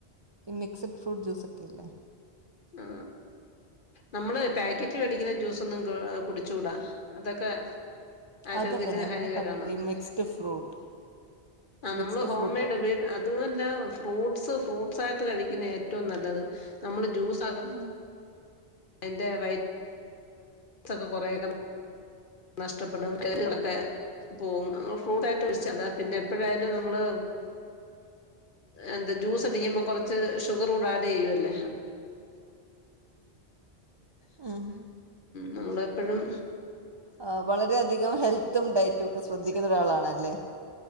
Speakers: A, on the right; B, on the left.
A: ഈ മിക്സ്ഡ് ഫ്രൂട്ട് ജ്യൂസക്കയല്ലേ.
B: ആ നമ്മള് പാക്കറ്റ് മേടിക്കുന്ന ജ്യൂസൊന്നും ക കുടിച്ചൂടാ അതൊക്കെ ആരോഗ്യത്തിന്
A: അതല്ല ഞാൻ
B: ഹാനികാരമാണ്
A: പറഞ്ഞ കട്ട് ഈ മിക്സ്ഡ് ഫ്രൂട്ട്
B: ആ
A: മിക്സ്ഡ്
B: നമ്മള് ഹോം
A: ഫ്രൂട്ട്
B: മെയ്ഡ് വീ അതുമല്ല ഫ്രൂട്ട്സ് ഫ്രൂട്ട്സ് ആയിട്ട് കഴിക്കുന്ന ഏറ്റവും നല്ലത്
A: നല്ലത്
B: നമ്മള് ജ്യൂസ്
A: ഉം
B: എന്റെ വൈ സ്ക്കെ കൊറേയക്കെ നഷ്ടപ്പെടും <unintelligible> പോവും ഫ്രൂട്ട് ആയിട്ട് വിളിച്ചതാ പിന്നെ എപ്പഴായാലും നമ്മള് എന്ത് ജ്യൂസ് അടിക്കുമ്പം കൊറച്ച് ഷുഗർ കൂടെ ആഡയ്യുല്ല.
A: ഉം
B: നമ്മളെപ്പഴും
A: ആ വളരെയധികം ഹെൽത്തും ഡയറ്റും ഒക്കെ ശ്രദ്ധിക്കുന്ന ഒരാളാണല്ലേ.